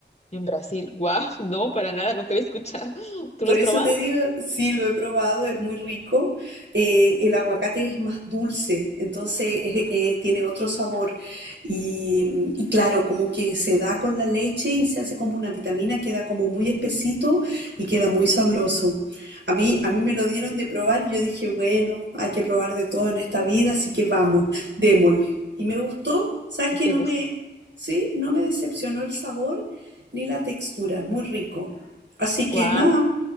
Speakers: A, on the left (about 35°); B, on the right (about 80°).
A: En Brasil. Guau, <laughs> no, para nada, nunca había escuchado. <laughs> ¿Tú
B: Por
A: lo has
B: eso
A: probado?
B: te digo, sí, lo he probado, es muy rico. Eh, el aguacate es más dulce, entonces es- eh, tiene otro sabor. Y, y claro, como que se da con la leche y se hace como una vitamina, queda como muy espesito y queda
A: Ujú.
B: muy sabroso. A mí, a mí me lo dieron de probar y yo dije, bueno, hay que probar de todo en esta vida, así que vamos, démosle. Y me gustó, sabes
A: ¿Y
B: que
A: te
B: no
A: gusta?
B: me, sí, no me decepcionó el sabor ni la textura, muy rico. Así que
A: Guau,
B: nada.